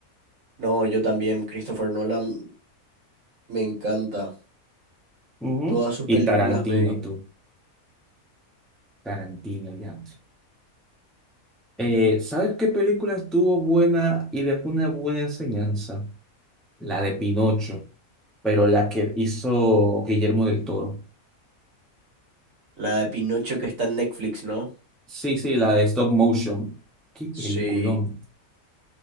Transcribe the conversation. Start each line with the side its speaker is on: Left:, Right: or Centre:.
Right: No, yo también, Christopher Nolan. Me encanta.
Centre: Ujú.
Right: Todas sus
Centre: Y
Right: películas
Centre: Tarantino,
Right: me vi.
Centre: tú. Tarantino, ya. Eh, ¿sabes qué película estuvo buena y dejó una buena enseñanza? La de Pinocho. pero la que hizo Guillermo del Toro.
Right: La de Pinocho que está en Netflix, ¿no?
Centre: Sí, sí, la de Stop Motion. Qué peliculón.
Right: Sí,